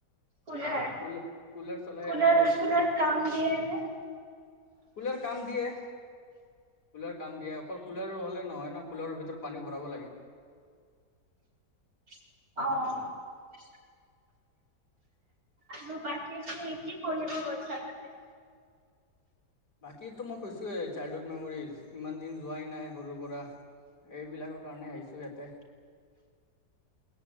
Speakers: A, on the right; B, on the left.
A: কুলাৰ?
B: কুল কুলাৰ চলাই
A: কুলাৰ,
B: আছো আৰু
A: কুলাৰ
B: কেনে
A: কাম দিয়ে নে?
B: কুলাৰ কাম দিয়ে কুলাৰ কাম দিয়ে। অকল কুলাৰ হ'লে নহয় ন, কুলাৰৰ ভিতৰত পানী ভৰাব লাগে।
A: অ'। আৰু বাকী কি, কি পঢ়িব গৈছা তাতে?
B: বাকীটো মই কৈছোয়ে চাইল্ডহুদ মেম'ৰিজ ইমান দিন যোৱাই নাই সৰুৰ পৰা। এইবিলাকৰ কাৰণে আহিছোঁ ইয়াতে।